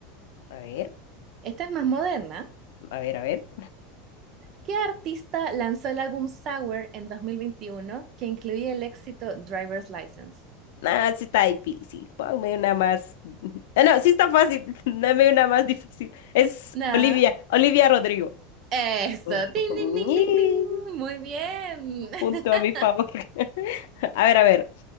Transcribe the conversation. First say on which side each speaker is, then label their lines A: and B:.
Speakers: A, on the left; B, on the right.
A: A ver,
B: Esta es más moderna.
A: a ver, a ver.
B: ¿Qué artista lanzó el álbum Sour en 2021 que incluía el éxito Driver's License?
A: Ah, sí está difícil. Ponme una más. <laughs> Ah, No, sí está fácil. <laughs> Dame una más difícil. Es
B: Nada.
A: Olivia, Olivia Rodrigo.
B: Eso.
A: <laughs>
B: Ding, ding, ding,
A: Ñi,
B: ding, ding. Muy bien.
A: Punto
B: <laughs>
A: a mi favor. <laughs> A ver, a ver.